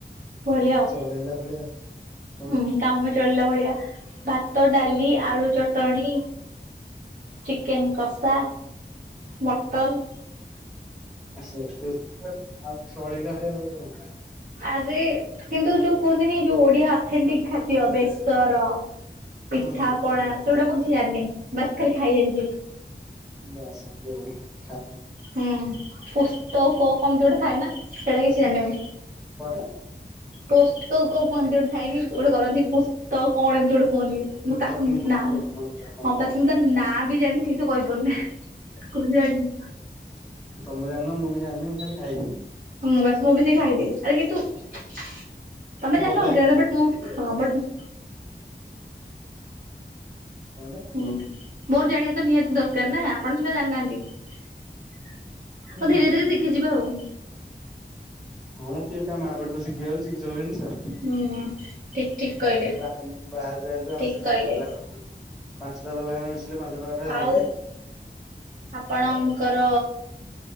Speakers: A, on the right (about 45°); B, in the centre.
A: ଭଳିଆ ଆଉ
B: ଚଡେଇଲା ଭଳିଆ ଆଉ।
A: ହୁଁ। କାମ ଚଳିଲା ଭଳିଆ ଭାତ, ଡାଲି, ଆଳୁ ଚଟଣି ଚିକେନ କଷା, ମଟନ୍
B: <unintelligible> ଚଳେଇଲା ଭଳିଆ କଣ?
A: ଆରେ କିନ୍ତୁ ଯୋଉ କୁହନ୍ତିନି ଯୋଉ ଓଡିଆ ଅଥେଣ୍ଟିକ ଖାଦ୍ୟ ବେଶର ପିଠା
B: ହଁ
A: ପଣା ସେଗୁଡା ମୁଁ କିଛି ଜାଣିିନି। ବାସ ଖାଲି ଖାଇ ଜଣିଛି
B: <inaudible>
A: ହୁଁ ପୁସ୍ତକ କମତି ଗୋଟେ ଥାଏ ନା ସେଇଟା କିଛି ଜାଣିନି ମୁଁ
B: କଣଟା?
A: ପୋସ୍ତକ କୁହନ୍ତି ଗୋଟେ ଥାଇନି ଗୋଟେ କରନ୍ତି? ତଉ କଣ ଏମିତି ଗୋଟେ କୁହନ୍ତିି ମୁଁ ତାକୁ
B: ଜହ୍ନି
A: ନା
B: ପତ୍ର।
A: ହଁ ବାସ ମୁଁ ତ ନାଁ ବି ଜାଣିନି ଠିକ୍ସେ କହିପାରୁନି ତାକୁ ଜାଣିନି
B: ତମ <unintelligible> ଖାଲି ଖାଇ।
A: ହଁ ବାସ ମୁଁ ବି ସେ ଖାଇଦିଏ ଆରେ କିନ୍ତୁ ତମେ ଜାଣିନ
B: ଭଲ ଲାଗେ
A: <unintelligible> ବଟ୍ ମୁଁ
B: ଖାଇବି ଆଉ।
A: ବଟ୍
B: କଣଟା
A: ହୁଁ। ମୋର ଜାଣିବା ତ ନିହାତି ଦରକାର ନା ଆପଣ ସିନା ଜାଣିନାହାନ୍ତି ଆଉ
B: ହୁଁ
A: ଧୀରେ ଧୀରେ ଶିଖିଯିବା ଆଉ।
B: ହଁ। କେ କା ମା ପେଟରୁ ସିଖିଯାଉଛି କି ସବୁ ଜିନିଷ
A: ହୁଁ ଠିକ ଠିକ କହିଲେ
B: ବା ବାହାରହାର <unintelligible> ଆମ
A: ଠିକ କହିଲେ
B: ଚାଲ ପାଞ୍ଚଟା ଲୋକ ସଙ୍ଗେ ମିଶିଲେ ପାଞ୍ଚଟା କଥା ଜାଣିଲେ
A: ଆଉ ଆପଣଙ୍କର
B: ଆଉ